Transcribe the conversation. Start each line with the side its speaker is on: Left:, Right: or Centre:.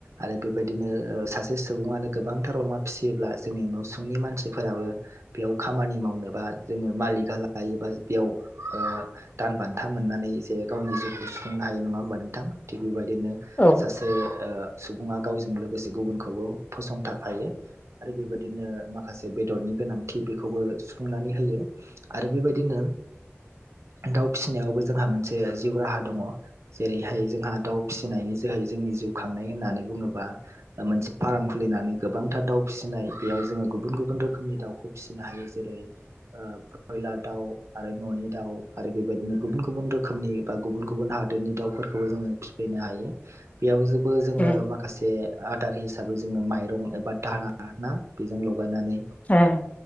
Right: आरो बेबायदिनो ओ सासे सुबुंङानो गोबांथार अमा फिसियोब्ला जोंनि न'सुंनि मानसिफोराबो बेयाव खामानि मावनोबा जोंङो मालिकआ लायोबा बेयाव ओ दान बान्था मोननानै जे गावनि जिउखौ सुफुंनो हायो नंङा होमबा नोंथां थिग बेबायदिनो
Left: औ
Right: सासे ओ सुबुङा गावजों लोगोसे गुबुनखौबो फसंथाफायो। आरो बेबायदिनो माखासे बेदरनि गोनांथि बेखौबो सुफुंनानै होयो। आरो बेबायदिनो दाउ फिसिनायावबो जोंहा मोनसे जिउ राहा दङ'। जेरैहाय जोंहा दाउ फिसिनायनि जोहै जोंनि जिउ खांनाय होननानै बुंङोब्ला ओ मोनसे फार्म खुलिनानै गोबांथार दाउ फिसिनाय बेयाव जोंङो गुबुन गुबुन रोखोमनि दाउखौ फिसिनो हायो जेरै ओ ब्रयलार दाउ आरो न'नि दाउ आरो बेबायदिनो गुबुन गुबुन रोखोमनि बा गुबुन गुबुन हादोरनि दाउ फोरखौबो जोंङो फिफैनो हायो। बेयाव जोबो जोंङो
Left: उम
Right: माखासे आदार हिसाबै जोंङो माइरं एबा दाहना ना बेजों लगायनानै
Left: उम